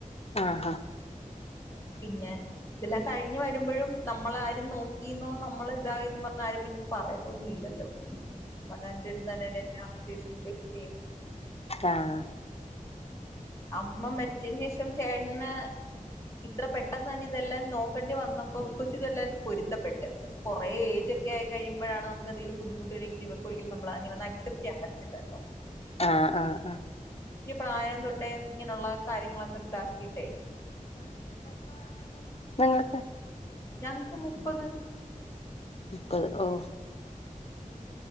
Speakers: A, on the left; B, on the left.
A: ആ ആഹ
B: <unintelligible> പിന്നെ ഇതെല്ലാം കഴിഞ്ഞ് വരുമ്പഴും നമ്മളെ ആരും നോക്കിന്നേ നമ്മളെ ഇതായിന്നേ പറഞ്ഞ് ആരും പിന്നെന്നും പറയ തൊന്നും ഇല്ലല്ലോ നമ്മൾ രണ്ട് പേരും തന്നെ എല്ലാ സിറ്റേഷനും ഫെയ്സ് ചെയ്യുന്നത്
A: ആഹ
B: അമ്മ മരിച്ചതിന് ശേഷം ചേട്ടന് ഇത്ര പെട്ടെന്ന് തന്നെ ഇതെല്ലാം നോക്കേണ്ടി വന്നപ്പോ കൊച്ച് ഇതെല്ലായിട്ട് പൊരുത്തപ്പെട്ട് പക്ഷെ കൊറേ എയിജ് ക്കെആയി കിയുമ്പഴാണ് നമുക്ക് എന്തെലും ബുദ്ധമുട്ട് വരേങ്കിലും ഇവർക്ക് ഒരിക്കലും നമ്മളെ ആക്ക്സബ്റ്റ് ചെയാൻ പറ്റതില്ലല്ലോ
A: ആ ആ ആ
B: പ്രായം തൊട്ടേ ഇങ്ങനെയുള്ള കാര്യങ്ങളൊക്കെ ഇതാക്കിട്ടേ
A: നിങ്ങക്ക്
B: ഞങ്ങക്ക് മുപ്പത്
A: മുപ്പത് ഓ